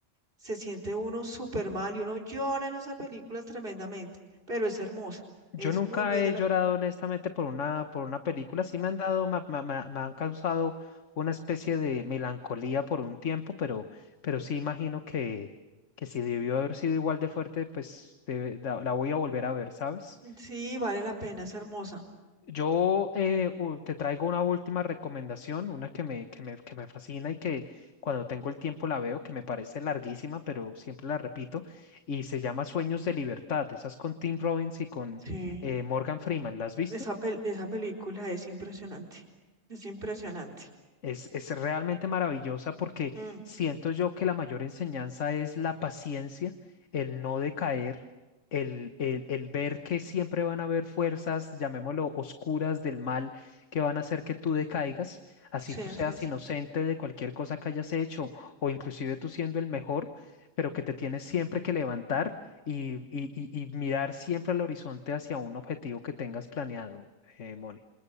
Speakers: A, on the right; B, on the left.
A: se siente uno súper mal y uno llora en esa película tremendamente, pero es hermosa,
B: Yo
A: es
B: nunca
A: muy bella
B: he
A: la
B: llorado
A: película.
B: honestamente por una, por una película. Sí me han dado, ma- ma- ma- me, han causado una especie de melancolía por un tiempo, pero, pero sí imagino que, que si debió haber sido igual de fuerte, pues debe- da- la voy a volver a ver, ¿sabes?
A: Sí, vale la pena, es hermosa.
B: Yo eh, u- te traigo una última recomendación, una que me, que me, que me fascina y que cuando tengo el tiempo la veo, que me parece larguísima, pero siempre la repito, y se llama Sueños de Libertad. Esas con Tim Robbins y con
A: Sí.
B: eh, Morgan Freeman. ¿La has visto?
A: Esa, pel- esa película es impresionante, es impresionante.
B: Es, es realmente maravillosa porque
A: Mm,
B: siento yo que la mayor enseñanza es la paciencia, el no decaer, el, el, el ver que siempre van a haber fuerzas, llamémoslo oscuras del mal, que van a hacer que tú decaigas, así
A: sí,
B: tú
A: así
B: seas
A: es.
B: inocente de cualquier cosa que hayas hecho o inclusive tú siendo el mejor, pero que te tienes siempre que levantar y, y, y- y mirar siempre al horizonte hacia un objetivo que tengas planeado, eh, Moni.